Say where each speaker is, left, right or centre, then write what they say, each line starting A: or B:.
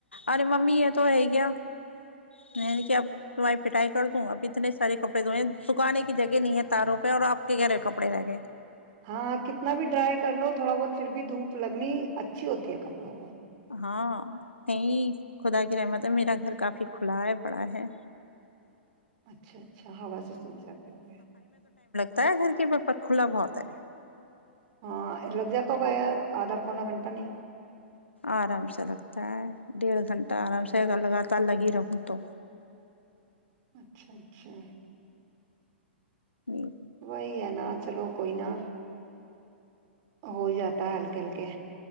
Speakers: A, on the left; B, on the right.
A: ارے ممی یہ تو ہے کیا میں کہ اب پٹائی کر دوں اب اتنے سارے کپڑے دوئے ہیں سکھانے کی جگہ نہیں ہے تاروں پہ اور آپ کے کہہ رہے کپڑے رہ گئے
B: ہاں کتنا بھی ڈرائی کر لو تھوڑا بہت پھر بھی دھوپ لگنی اچھی ہوتی ہے کپڑوں کو
A: ہاں نہیں خدا کی رحمت ہے میرا گھر کافی کھلا ہے بڑا ہے
B: اچھا اچھا ہوا سے سوکھ جاتے ہوں گے
A: تے گھر کی پر کھلا بہت ہے
B: ہاں لگ جاتا ہو گیا آدھا پونا گھنٹہ نہیں
A: آرام سے لگتا ہے ڈیڑھ گھنٹہ آرام سے لگاتار لگی رہوں تو
B: اچھا اچھا
A: جی
B: وہی ہے نا چلو کوئی نہ ہو ہی جاتا ہے ہلکے ہلکے